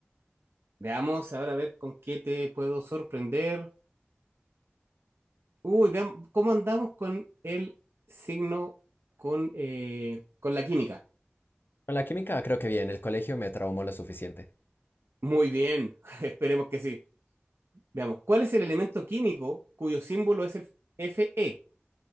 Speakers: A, on the right (about 75°); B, on the left (about 60°).
A: Veamos ahora a ver con qué te puedo sorprender. Uy, veamos cómo andamos con el signo, con, eh, con la química.
B: Con la química creo que bien, el colegio me traumó lo suficiente.
A: Muy bien, <laughs> esperemos que sí. Veamos, ¿cuál es el elemento químico cuyo símbolo es el Fe?